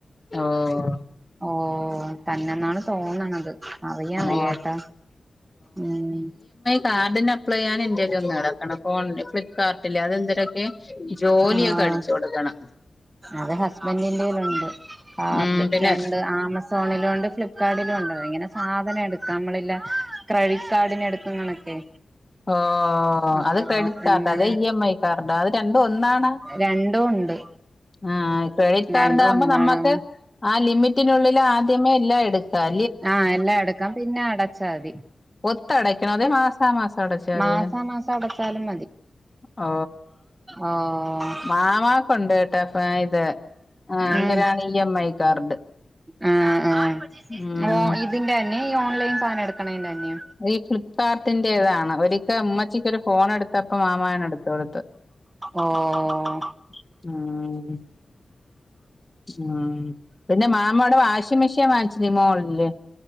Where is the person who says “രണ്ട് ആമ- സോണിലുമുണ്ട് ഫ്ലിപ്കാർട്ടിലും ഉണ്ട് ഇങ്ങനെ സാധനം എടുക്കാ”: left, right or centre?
Right